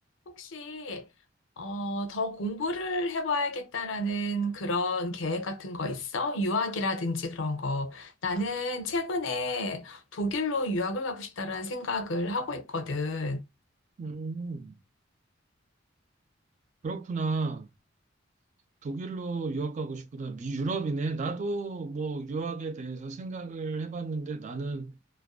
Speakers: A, on the left; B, on the right.
A: 혹시 어, 더 공부를 해봐야겠다라는 그런 계획 같은 거 있어? 유학이라든지 그런 거. 나는 최근에 독일로 유학을 가고 싶다라는 생각을 하고 있거든.
B: 음, 그렇구나. 독일로 유학 가고 싶구나. 미 유럽이네. 나도 뭐 유학에 대해서 생각을 해봤는데 나는